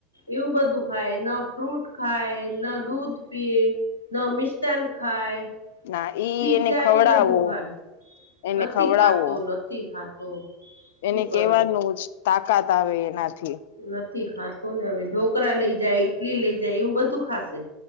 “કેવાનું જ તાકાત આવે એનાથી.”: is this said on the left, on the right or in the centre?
Left